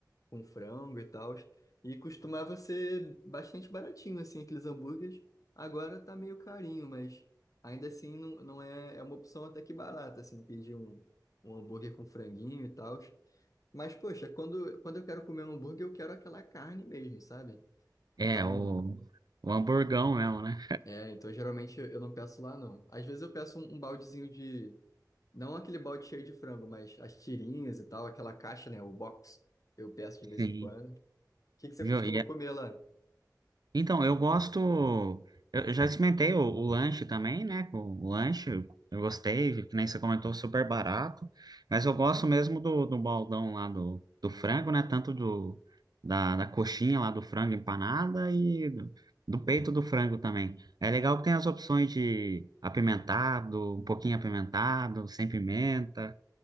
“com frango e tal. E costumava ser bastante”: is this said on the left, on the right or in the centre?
Left